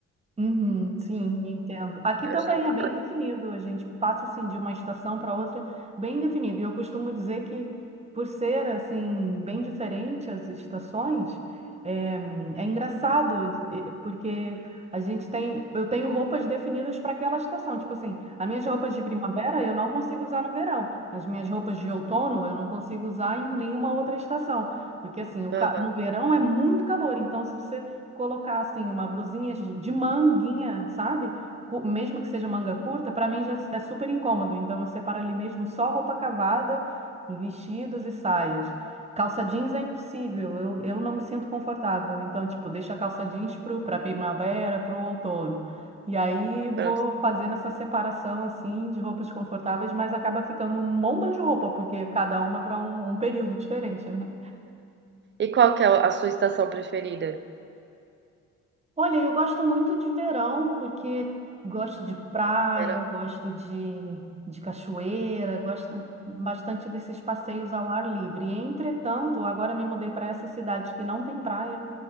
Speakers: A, on the right; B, on the right.
A: Uhum, sim, entendo. Aqui
B: Eu
A: também
B: achei
A: é bem
B: que...
A: definido, a gente passa assim de uma estação para outra bem definido. E eu costumo dizer que por ser assim bem diferente as estações, é, é engraçado eh, porque a gente tem, eu tenho roupas definidas para aquela estação. Tipo assim, as minhas roupas de primavera eu não consigo usar no verão, as minhas roupas de outono eu não consigo usar em nenhuma outra estação, porque assim, o ca-
B: Aham,
A: no verão é muito calor, então se você colocar assim uma blusinha de de manguinha, sabe? Cu- Mesmo que seja manga curta, para mim já é super incômodo. Então eu separo ali mesmo só roupa cavada e vestidos e saias. Calça jeans é impossível, eu, eu não me sinto confortável. Então, tipo, deixo a calça jeans para primavera, para o outono. E aí vou
B: pronto.
A: fazendo essa separação assim de roupas confortáveis, mas acaba ficando um montão de roupa, porque cada uma para um, um período diferente, né?
B: E qual que é a sua estação preferida?
A: Olha, eu gosto muito de verão, porque gosto de praia,
B: Verão.
A: gosto de, de cachoeira, gosto bastante desses passeios ao ar livre. Entretanto, agora me mudei para essa cidade que não tem praia,